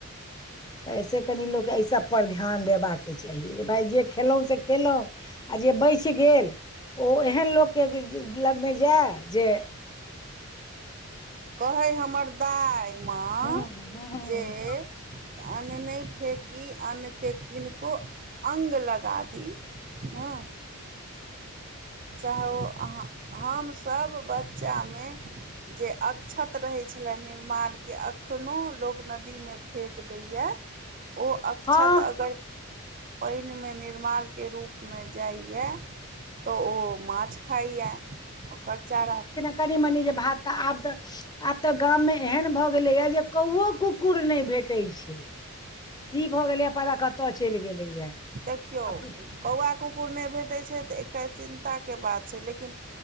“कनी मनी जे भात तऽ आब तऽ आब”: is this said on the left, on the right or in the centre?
Left